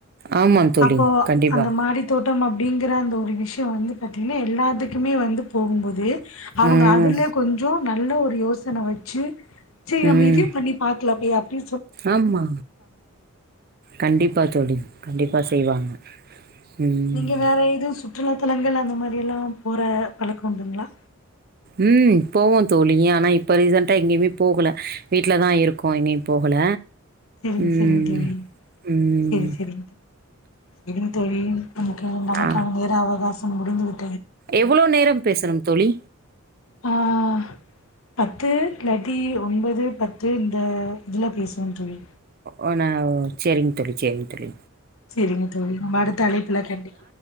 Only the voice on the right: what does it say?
ஆமா தோழி
கண்டிப்பா
ம்
ம்
ஆமா கண்டிப்பா சொல்லு கண்டிப்பா செய்வாங்க ம்
ம் போவோம் தோழிய ஆனா இப்ப ரீசன்டா எங்கேயுமே போகல வீடலதான் இருக்கோம் எங்கேயும் போகல
ம்.
ம்.
ஆ.
எவ்வளோ நேரம் பேசணும் தோழி
ஒ நா சரிங்க தழி சரிங்க தழி